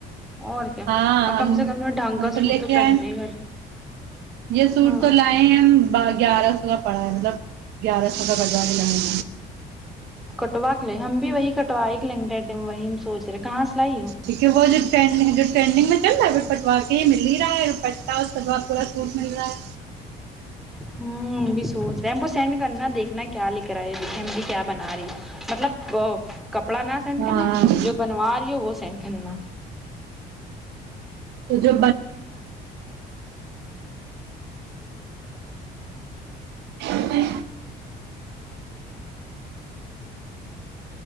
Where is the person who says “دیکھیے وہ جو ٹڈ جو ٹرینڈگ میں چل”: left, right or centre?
Right